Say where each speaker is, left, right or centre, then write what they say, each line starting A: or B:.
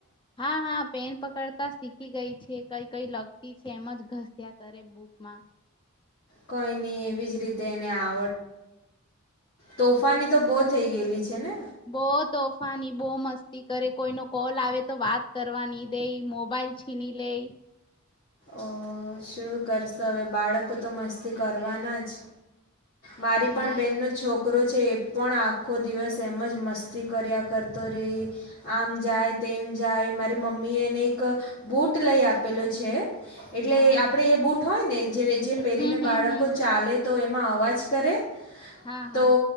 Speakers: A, on the left (about 20°); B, on the left (about 60°).
A: હા હા પેન પકડતા. ગઈ છે કઈ કઈ લગતી છે, એમ જ ઘસ્યા કરે બુકમાં.
B: કોઈ નહી એવી જ રીતે એને આવડ તોફાની તો બહુ થઈ ગયેલી છે ને?
A: બહ તોફાની બહ મસ્તી કરે કોઈ ન કોલ આવે તો વાત કરવાની દે મોબાઈલ બાઈલ છીણી લે.
B: ઓ શું કરશો હવે બાળકો તો મસ્તી કરવાના જ. મારી
A: હા
B: પણ બેહેનનો છોકરો છે એ પણ આખો દિવસ એમ જ મસ્ત કર્યા કરતો રેય આમ જાય તેમ જાય, મારી મમ્મી એને એક બુટ ટ લઈ આપેલો છે. એટલે
A: હા
B: આપડે એ બુટ હોય ને જે જે પહેરીને
A: હમ હમ
B: બાળકો
A: હમ
B: ચાલે તો એમાં અવાજ કરે
A: હા હા
B: તો